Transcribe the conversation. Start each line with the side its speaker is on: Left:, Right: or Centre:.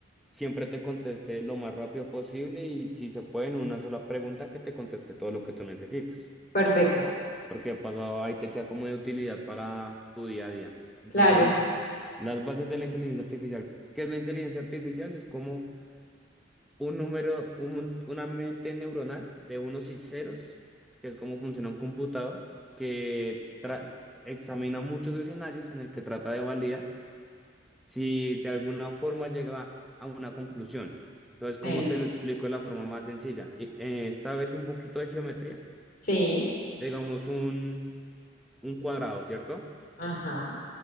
Centre: siempre te conteste lo más rápido posible y si se puede en una sola pregunta que te conteste todo lo que tú necesitas.
Left: Perfecto,
Centre: porque de paso ahí te queda como de utilidad para tu día a día. Entonces,
Left: claro.
Centre: mira, las bases de la inteligencia artificial. ¿Qué es la inteligencia artificial? Es como un número, un mon- una mente neuronal de unos y ceros, que es como funciona un computador, que tra- examina muchos escenarios en el que trata de validar si de alguna forma llega a una conclusión. Entonces,
Left: Sí,
Centre: ¿cómo te lo explico de la forma más sencilla? Y, eh, ¿sabes un poquito de geometría?
Left: Sí,
Centre: Digamos un, un cuadrado, ¿cierto?
Left: ajá,